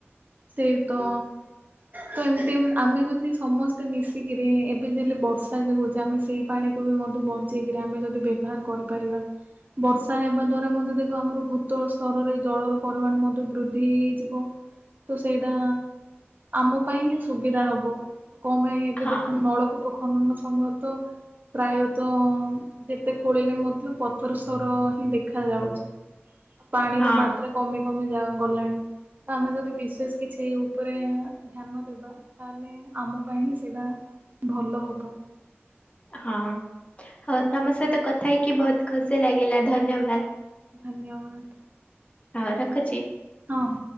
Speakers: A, on the right (about 45°); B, on the left (about 30°).
A: ସେଇ ତ ତ ଏମତି ଆମେ ଯଦି ସମସ୍ତେ ମିଶିକିରି ଏବେ ଯେଲେ ବର୍ଷା ଯେ ହଉଛି ଆମେ ସେଇ ପାଣିକୁ ବି ବଞ୍ଚେଇକିରି ଆମେ ଯଦି ବ୍ୟବହାର କରିପାରିବା। ବର୍ଷା ହେବା ଦ୍ଵାରା ମଧ୍ୟ ଦେଖ ଆମର ଭୂତଳ ସ୍ତରରେ ଜଳର ପରିମାଣ ମଧ୍ୟ ବୃଦ୍ଧି ହେଇଯିବ। ତ ସେଇଟା ଆମ ପାଇଁ ହିଁ ସୁବିଧା ହବ। କଣ ପାଇଁ ଏବେ
B: ହଁ
A: ଦେଖନ୍ତୁ ନଳକୂପ ଖନନ ସମୟରେ ତ ପ୍ରାୟତଃ ଯେତେ ଖୋଳିଲେ ମଧ୍ୟ ପଥର ସ୍ତର ହିଁ ଦେଖା ଯାଉଛି। ଆଉ ପାଣିର
B: ହଁ
A: ମାତ୍ରା କମି କମି ଯ ଗଲାଣି। ତ ଆମେ ଯଦି ବିଶେଷ କିଛି ଉପରେ ଧ୍ୟାନ ଦେବା ତାହେଲେ ଆମ ପାଇଁ ହିଁ ସେଇଟା ଭଲ ହବ।
B: ହଁ ହଉ ତମ ସହିତ କଥା ହେଇକି ବହୁତ ଖୁସି ଲାଗିଲା ଧନ୍ୟବାଦ।
A: ଧନ୍ୟବାଦ।
B: ହଁ ରଖୁଛି।
A: ହ ହ।